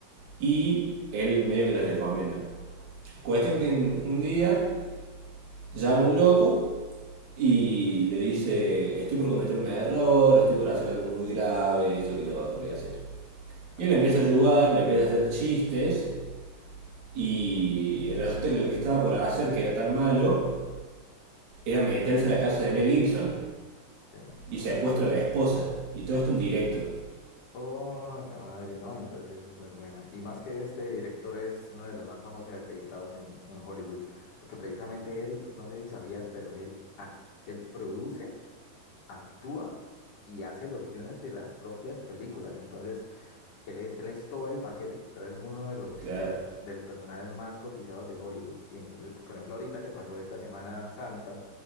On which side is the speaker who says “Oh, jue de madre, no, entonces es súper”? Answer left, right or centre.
Left